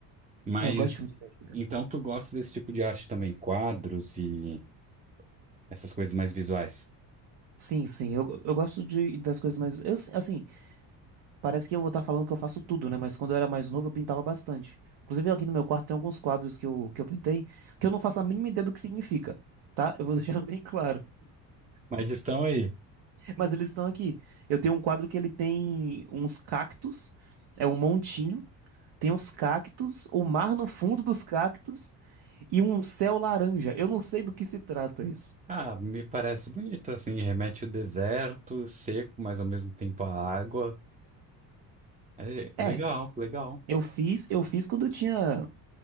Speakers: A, on the right; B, on the right.
A: Mas
B: É, Eu gosto de filme de viaja tempo.
A: então tu gosta desse tipo de arte também, quadros e essas coisas mais visuais.
B: Sim, sim, eu, eu gosto de, das coisas mais. Eu, si- assim, parece que eu vou estar falando que eu faço tudo, né? Mas quando eu era mais novo, eu pintava bastante. Inclusive, aqui no meu quarto tem alguns quadros que eu, que eu pintei que eu não faço a mínima ideia do que significa, tá? Eu vou <laughs> deixar bem claro.
A: Mas estão aí.
B: Mas eles estão aqui. Eu tenho um quadro que ele tem uns cactos, é um montinho, tem uns cactos, o mar no fundo dos cactos e um céu laranja. Eu não sei do que se trata isso.
A: Ah, me parece bonito, assim, remete ao deserto, seco, mas ao mesmo tempo a água. É, legal,
B: É,
A: legal.
B: eu fiz, eu fiz quando eu tinha.